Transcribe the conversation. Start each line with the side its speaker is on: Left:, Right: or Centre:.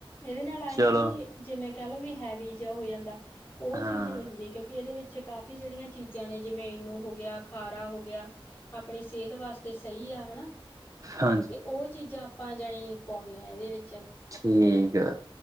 Left: ਏਦੇ ਨਾਲ ਆ
Right: ਚਲੋ
Left: ਐ ਵੀ ਜਿਵੇਂ ਕੈ ਲੋ ਵੀ ਹੈਵੀ ਜਿਆ ਹੋ ਜਾਂਦਾ। ਓ
Right: ਹਾਂ
Left: ਚੀਜ਼ ਨੀ ਹੁੰਦੀ ਕਿਉਂਕਿ ਇਦੇ ਵਿੱਚ ਕਾਫੀ ਜੇੜ੍ਹੀਆਂ ਚੀਜ਼ਾਂ ਨੇ ਜਿਵੇਂ ਇਨੂੰ ਹੋ ਗਿਆ, ਖਾਰਾ ਹੋ ਗਿਆ ਆਪਣੀ ਸਿਹਤ ਵਾਸਤੇ ਸਈ ਆ, ਹਣਾ।
Right: ਹਾਂਜੀ
Left: ਤੇ ਓ ਚੀਜ਼ਾਂ ਆਪਾਂ ਜਣੀ ਪਾਉਂਨੇ ਆ ਐਦੇ ਵਿੱਚ।
Right: ਠੀਕ ਐ।